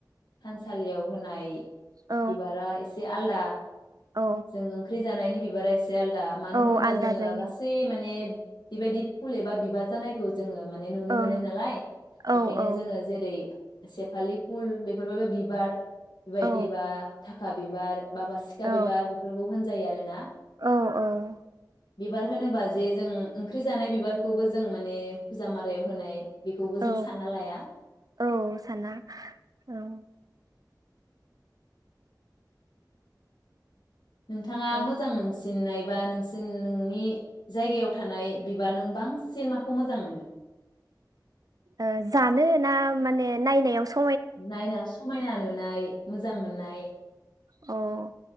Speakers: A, on the left; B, on the right.
A: थानसालियाव होनाय
B: औ
A: बिबारा एसे आलदा आ
B: औ
A: जों ओंख्रि जानायनि बेब बारा एस से आलदा मानो
B: औ
A: होनोबा
B: आलदा
A: जोङो
B: जायो
A: गासै माने बेबायदि फुल एबा बिबार जानायखौ जोङो माने नुनो
B: ओं
A: मोनो नालाय
B: औ
A: बेखायनो
B: औ
A: जोङो जेरै सेफालि फुल बेफोर बो बिबार बेबायदिबा
B: औ
A: थाखा बिबार बाबा सिखा
B: औ
A: बिबार। फोरखौ होनजायो आरोना।
B: औ
A: बिबार होनोबा जे जों ओंख्रि जानाय बिबारखौबो जों माने फुजा मारायाव होनाय बेखौबो
B: औ
A: जों सानना लाया
B: औ साना ओं
A: नोंथाङा
B: ओ
A: मोजां मोनसिननाय बा नोंसोन नोंनि जायगायाव थानाय बिबार नों बांसिन माखौ मोजां मोनो?
B: ओ जानो ना माने नायनायाव स
A: नायनायाव समायना नुनाय मोजां मोननाय।
B: अ'